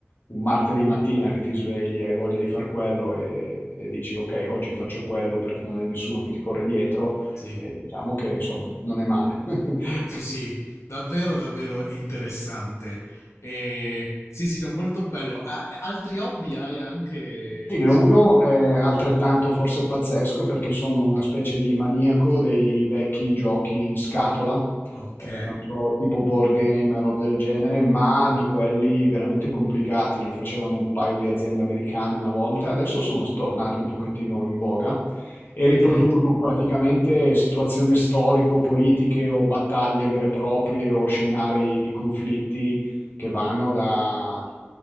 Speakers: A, on the left (about 50°); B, on the left (about 85°).
A: un martedì mattina che ti svegli, hai voglia di far quello e, e dici ok, oggi faccio quello perché non hai nessuno che ti corre dietro,
B: sì.
A: e diciamo che insomma non è male. <laughs>
B: Sì, sì, davvero, davvero interessante. E sì, sì, no, molto bello. A- a- altri hobby hai anche,
A: Sì, ne
B: diciamo.
A: ho uno eh, altrettanto forse pazzesco perché sono una specie di maniaco dei vecchi giochi in scatola,
B: Ok,
A: eh, non so, tipo board game, roba del genere, ma di quelli veramente complicati, li facevano un paio di aziende americane una volta, adesso sono tornati un pochettino in voga e riproducono
B: ok.
A: praticamente situazioni storico-politiche o battaglie vere e proprie o scenari di conflitti che vanno da,